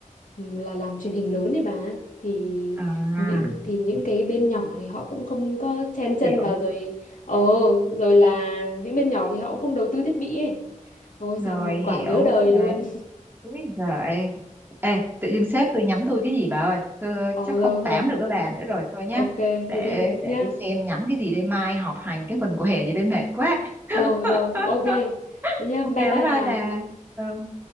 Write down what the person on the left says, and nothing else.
là làm truyền hình lớn đấy bà thì
những thì những cái bên nhỏ thì họ cũng không có chen chân
vào rồi ờ rồi là những bên nhỏ thì họ cũng không đầu tư thiết bị ấy thôi
xong một quả
nhớ đời luôn
<laughs> ờ
rồi
thôi
ok
thì đi, đi nhá
ờ rồi ok
đi nhá
bye
bye bà